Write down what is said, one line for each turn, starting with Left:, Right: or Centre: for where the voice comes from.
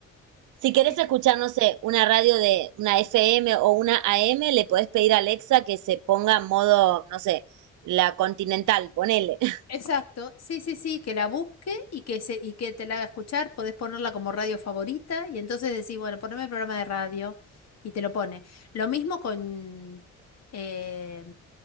Right: Si
Left: sí,
Right: querés escuchar, no sé, una radio de una FM o una AM, le podés pedir a Alexa que se ponga en modo, no sé, la continental, ponele. <laughs>
Left: Exacto, sí, sí, sí, que la busque y que, se, y que te la haga escuchar, podés ponerla como radio favorita y entonces decís, bueno, poneme el programa de radio y te lo pone. Lo mismo con, eh,